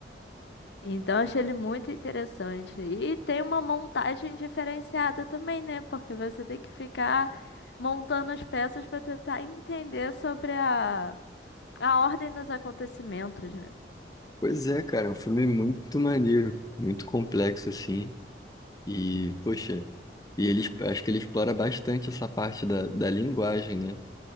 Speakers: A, on the left; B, on the left.
A: Então achei ele muito interessante. E tem uma montagem diferenciada também, né? Porque você tem que ficar montando as peças para tentar entender sobre a, a ordem dos acontecimentos, né?
B: Pois é, cara, é um filme muito maneiro, muito complexo, assim. E, poxa, e ele, acho que ele explora bastante essa parte da, da linguagem, né?